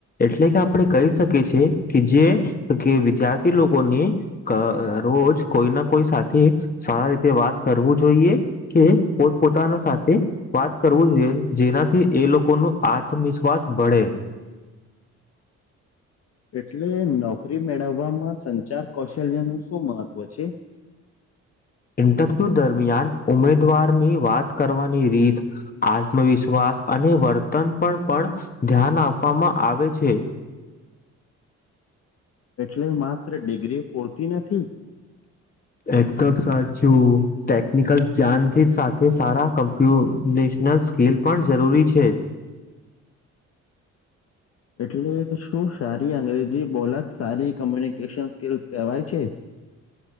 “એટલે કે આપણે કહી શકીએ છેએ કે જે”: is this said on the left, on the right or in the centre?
Left